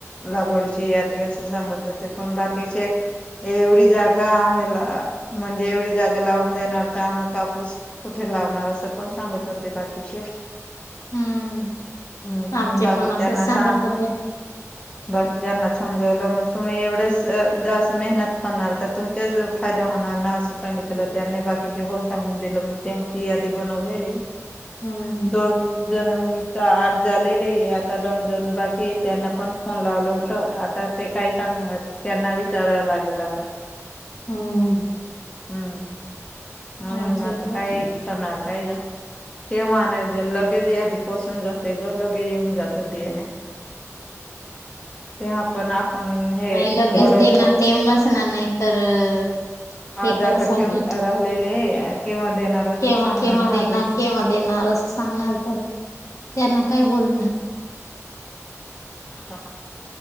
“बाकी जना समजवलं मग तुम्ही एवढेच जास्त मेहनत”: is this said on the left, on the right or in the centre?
Left